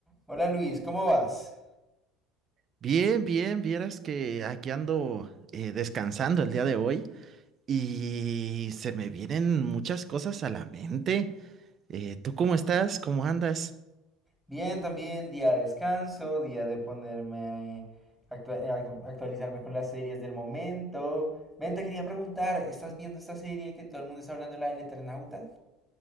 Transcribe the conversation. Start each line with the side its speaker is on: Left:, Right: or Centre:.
Centre: Hola Luis, ¿cómo vas?
Right: Bien, bien, vieras que aquí ando eh, descansando el día de hoy y se me vienen muchas cosas a la mente. Eh, ¿tú cómo estás? ¿Cómo andas?
Centre: Bien, también día de descanso, día de ponerme a actua- eh, actu- actualizarme con las series del momento. Ven, te quería preguntar, ¿estás viendo esta serie que todo el mundo está hablando, la del Eternauta?